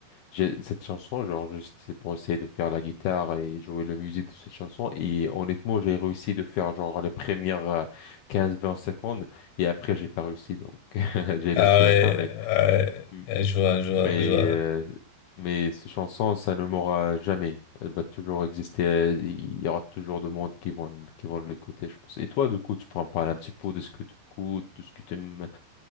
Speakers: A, on the left (about 70°); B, on the left (about 90°).
A: j'ai cette chanson, genre, juste c'est pour essayer de faire la guitare et jouer la musique de cette chanson. Et honnêtement, j'ai réussi de faire genre les premières euh, 15-20 secondes. Et après, j'ai pas réussi. Donc, <laughs> j'ai
B: Ah
A: lâché
B: ouais,
A: la fin. Mais,
B: ouais,
A: m-
B: ouais, je vois, je vois,
A: mais,
B: je vois.
A: euh, mais cette chanson, ça ne mourra jamais. Elle va toujours exister. Elle- Il y aura toujours de monde qui vont, qui vont l'écouter, je pense. Et toi, du coup, tu peux en parler un petit peu de ce que tu écoutes, de ce que tu aimes,